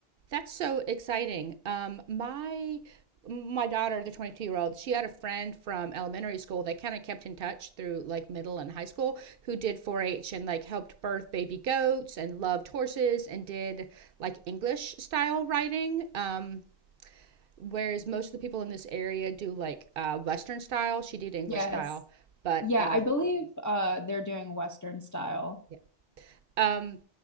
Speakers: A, on the right; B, on the left.
A: That's so exciting. Um, my my daughter, the 22 year old, she had a friend from elementary school. They kind of kept in touch through like middle and high school who did 4 H and like helped birth baby goats and loved horses and did like English style writing. Um, whereas most of the people in this area do like uh, Western style. She did English
B: Yes.
A: style. But
B: Yeah,
A: uh,
B: I believe uh, they're doing Western style.
A: yeah. um,